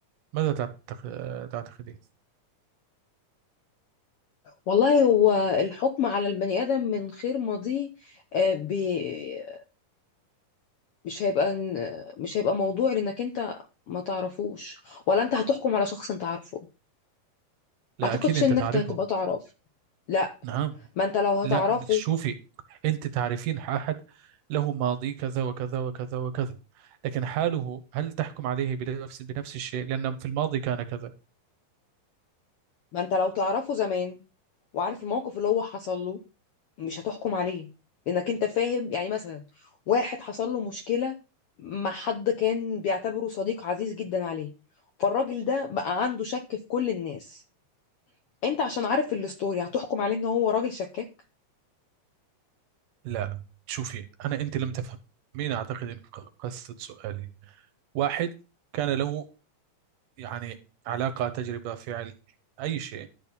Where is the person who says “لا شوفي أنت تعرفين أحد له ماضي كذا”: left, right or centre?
Right